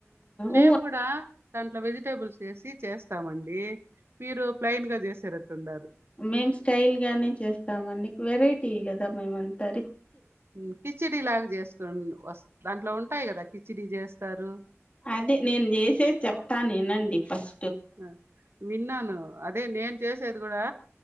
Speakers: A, on the right; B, on the left.
A: మేము
B: ఊ
A: కూడా దాంట్లో వెజిటేబుల్స్ వేసి చేస్తామండి మీరు ప్లెయిన్ గా చేసారు ఉండారు
B: మేం స్టైల్ గానే చేస్తామండి వెరైటీ కదా మేమంతా రి
A: ఉ మ్ కిచడి లాగా చేసుకుం వస్ దాంట్లో ఉంటాయి కదా కిచిడి చే స్తారు
B: అదే నేను చేసేది చెప్తాను వినండి పస్
A: ఆ విన్నాను అదే నేను చేసేది కూడా